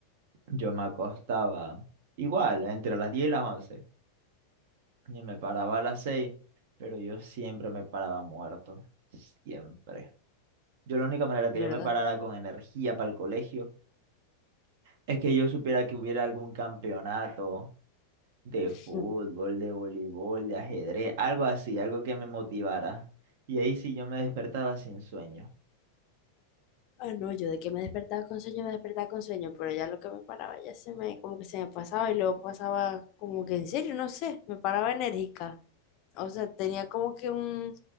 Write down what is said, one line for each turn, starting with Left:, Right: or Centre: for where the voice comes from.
Right: yo me acostaba igual, entre las 10 y las once. y me paraba a las seis, pero yo siempre me paraba muerto, siempre. Yo la única manera que
Left: ¿verdad?
Right: yo me parara con energía para el colegio es que yo supiera que hubiera algún campeonato de
Left: <laughs>
Right: fútbol, de voleibol, de ajedrez, algo así, algo que me motivara. Y ahí sí yo me despertaba sin sueño. <laughs>
Left: Ah, no, yo de que me despertaba con sueño, me despertaba con sueño, pero ya lo que me paraba ya se me, como que se me pasaba y luego pasaba como que en serio, no sé, me paraba enérgica. O sea, tenía como que un